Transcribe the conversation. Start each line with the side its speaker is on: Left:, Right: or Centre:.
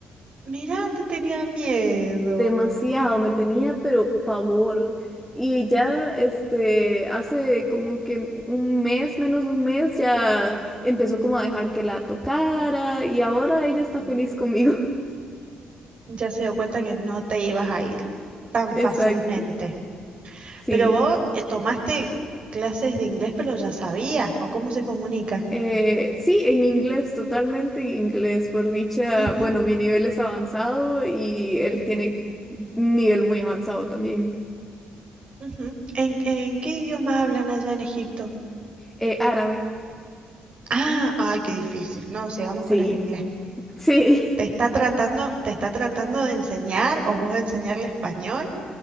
Right: Mira, te tenía miedo.
Centre: demasiado, me tenía pero pavor. Y ya este hace como que un mes, menos de un mes, ya empezó como a dejar que la tocara y ahora ella
Right: Ujú.
Centre: está feliz conmigo. <laughs>
Right: Ya se dio cuenta que no te ibas a ir tan
Centre: Exacto.
Right: fácilmente.
Centre: Sí.
Right: Pero vos eh, tomaste clases de inglés, pero ya sabías, o cómo se comunican.
Centre: Eh, sí, en inglés, totalmente en inglés. Por dicha,
Right: Ujú,
Centre: bueno, mi nivel es avanzado y él
Right: ujú,
Centre: tiene un nivel muy avanzado también.
Right: ujú. ¿En, en qué idioma hablan allá en Egipto?
Centre: Eh, árabe.
Right: Ah, ay, qué difícil. No, sigamos
Centre: Sí,
Right: con el inglés.
Centre: <laughs> sí.
Right: ¿Te está tratando, te está tratando de enseñar o vos enseñarle español?